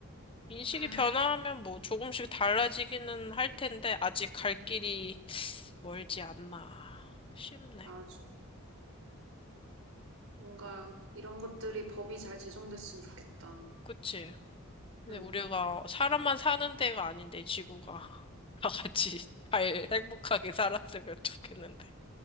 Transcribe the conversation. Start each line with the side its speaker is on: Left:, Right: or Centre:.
Left: 인식이
Right: 아,
Left: 변화하면 뭐 조금씩 달라지기는 할 텐데, 아직 갈 길이 멀지 않나 싶네.
Right: 맞아. 뭔가 이런 것들이 법이 잘 제정됐으면 좋겠다.
Left: 그치? 근데
Right: 응,
Left: 우리가 사람만 사는 데가 아닌데 지구가 <laughs> 다 같이 잘 행복하게 살았으면 좋겠는데.